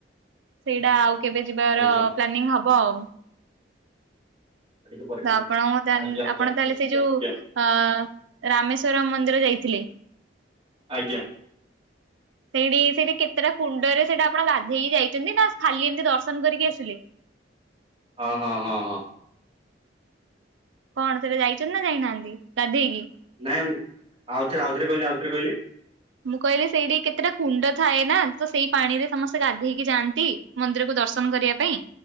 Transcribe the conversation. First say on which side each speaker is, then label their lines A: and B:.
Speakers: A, on the right; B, on the right.
A: ସେଇଟା ଆଉ କେବେ ଯିବାର
B: ଆଜ୍ଞା
A: ପ୍ଲାନିଂ ହବ ଆଉ।
B: ଆଉ ଟିକେ ପରେ ଖାଇବି।
A: ତ ଆପଣ ତାଲେ
B: ଆଜ୍ଞା ଆଜ୍ଞା
A: ଆପଣ
B: ଆଜ୍ଞା
A: ତାହେଲେ ସେଇ ଯୋଉ
B: ଆଜ୍ଞା ଆଜ୍ଞା
A: ଅ ରାମେଶ୍ଵର ମନ୍ଦିର ଯାଇ ଥିଲେ।
B: ଆଜ୍ଞା।
A: <inaudible> ସେଇଠି, ସେଇଠି କେତେଟା କୁଣ୍ଡରେ ସେଇଟା ଆପଣ ଗାଧେଇକି ଯାଇଛନ୍ତି, ନା ଖାଲି ଏମତି ଦର୍ଶନ କରିକି ଆସିଲେ। <inaudible>
B: ହଁ ହଁ ହଁ ହଁ।
A: କଣ ସେଟା ଯାଇଛନ୍ତି ନା ଯାଇନାହାନ୍ତି ଗାଧେଇକି।
B: ନାଇଁ ଆଉଥରେ, ଆଉଥରେ କହିଲେ, ଆଉଥରେ କହିଲେ।
A: ମୁଁ କହିଲି ସେଇଠି କେତେଟା କୁଣ୍ଡ ଥାଏ ନା, ତ ସେଇ ପାଣି ରେ ସମସ୍ତେ ଗାଧେଇକି ଯାଆନ୍ତି, ମନ୍ଦିରକୁ ଦ ଦର୍ଶନ କରିବା ପାଇଁ,